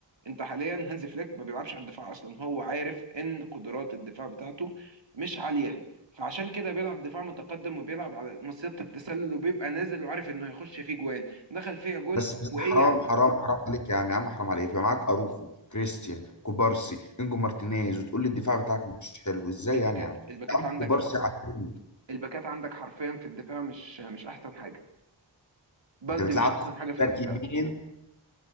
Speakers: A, on the right (about 80°); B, on the left (about 40°).
A: انت حاليا هانز فليك ما بيلعبش على الدفاع اصلا هو عارف ان قدرات الدفاع بتاعته مش عاليه فعشان كده بيلعب دفاع متقدم وبيلعب على مصيدة التسلل وبيبقى نازل وعارف انه هيخش فيه جوان دخل فيها جون
B: بس بس
A: وايه
B: حرام
A: يعني
B: حرام حرام عليك يا عم يا عم حرام عليك يبقى معاك اروخو كريستيان كوبارسي انجو مارتينيز وتقول لي الدفاع بتاعك مش حلو ازاي
A: الباكات
B: يعني يا عم
A: الباكات
B: يا عم
A: عندك
B: كوبارسي على التاني
A: الباكات عندك حرفيا في الدفاع مش مش احسن حاجه بلدي
B: انت بتلعب
A: مش احسن حاجه في الدفاع
B: باك يمين